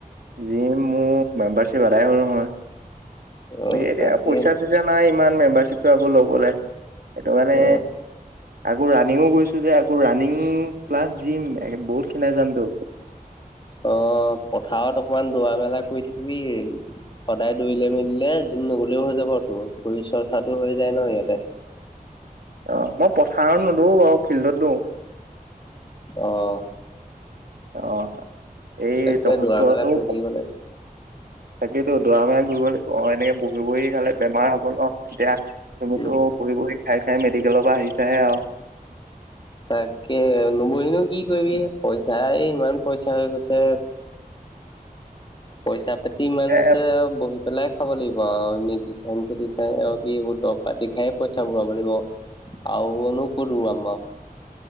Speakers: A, on the right; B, on the left.
A: জিম মোৰ মেম্বাৰশ্বিপ এৰাই হ'ল নহয়।
B: অ
A: এতিয়া
B: তাকে
A: পইচা চইচা নাই ইমান। মেম্বাৰশ্বিপ আকৌ ল'বলৈ সেইটো মানে
B: অ
A: আকৌ ৰানিঙো গৈছো যে আকৌ ৰাণিং প্লাছ জিম বহুত খিনাই যামতো।
B: অ পথাৰত অকমান দৌৰা মেলা কৰি থাকিবি। সদায় দৌৰিলে মেলিলে জিম নগলেও হৈ যাব তোৰ, শৰীৰ চৰ্চাটো হৈ যায় ন ইয়াতে।
A: অ মই পথাৰত নদৌৰো মানে ফিল্ডত দৌৰো।
B: অহ।
A: অ', এই
B: তাকে
A: তহঁত-তহঁতেওঁ
B: দৌৰা মেলা কৰি থাকিব লাগে
A: <inaudible> তাকেতো দৰা ম ঘূৰিব অ এনেকে বহি বহি খালে বেমাৰ হব ন এতিয়া তুমিতো
B: উম
A: বহি বহি খাই খাই মেডিকেলৰ পৰা আহিছাহে আৰু
B: তাকে নবহিনো কি কৰিবি পইচা এই ইমান পইচা হৈ গৈছে। পইচা পাতি ইমান হৈছে
A: এ
B: আৰু বহিত‌ পেলাই খাব লাগিব আৰু মেটি চাই ম চ চাই আৰু কি এইবোৰ দৰব পাতি খাই পইচা ভৰাব লাগিব। আৰু অলপ <unintelligible> আমাক।